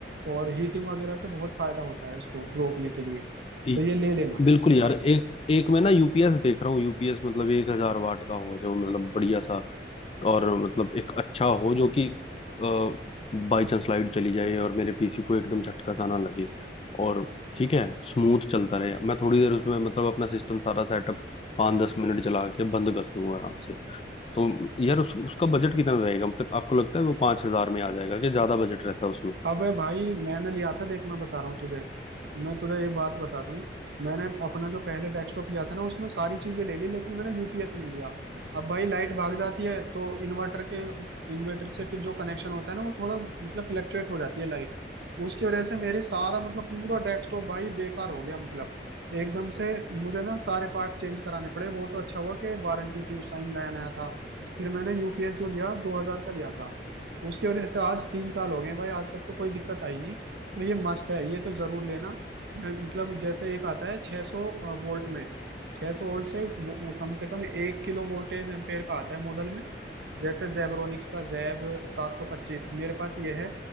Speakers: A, on the right; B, on the left.
A: और हीटिंग वगैरह से बहुत फायदा होता है उसको रोकने के लिए
B: ई-
A: तो ये ले लेना
B: बिल्कुल यार एक एक मैं ना यूपीएस देख रहा हूँ यूपीएस मतलब एक हजार वाट का हो जो मतलब बढ़िया सा और मतलब एक अच्छा हो जो कि बाई चांस लाइट चली जाए और मेरे पीसी को एकदम झटका सा ना लगे और ठीक है स्मूथ चलता रहे मैं थोड़ी देर उसमें मतलब अपना सिस्टम सारा सेटअप पाँच दस मिनट चला के बंद कर दूंगा आराम से तो यार उस, उसका बजट कितना रहेगा मतलब आपको लगता है वो पांच हजार में आ जाएगा कि ज्यादा बजट रहता है उसमें
A: अबे भाई मैंने लिया था देख मैं बता रहा हूँ तुझे मैं तुझे एक बात बताता हूँ मैंने अपना जो पहले डेस्कटॉप लिया था ना उसमें सारी चीजें ले ली लेकिन मैंने यूपीएस नहीं लिया अब भाई लाइट भाग जाती है तो इन्वर्टर के इन्वर्टर से फिर जो कनेक्शन होता है ना वो थोड़ा मतलब फ्लक्चुएट हो जाती है लाइट उसकी वजह से मेरे सारा मतलब पूरा डेस्कटॉप भाई बेकार हो गया मतलब एकदम से मुझे ना सारे पार्ट्स चेंज कराने पड़े वो तो अच्छा हुआ कि वारंटी थी उस टाइम नया नया था फिर मैंने यूपीएस जो लिया 2000 का लिया था उसकी वजह से आज तीन साल हो गए भाई आज तक तो कोई दिक्कत आई नहीं तो ये मस्ट है ये तो जरूर लेना मैं- मतलब जैसे एक आता है 600 वोल्ट में 600 वोल्ट से वो- कम से कम एक किलो वोल्टेज एम्पेयर का आता है मॉडल में जैसे जेबरोनिक्स का जैब 725 मेरे पास ये है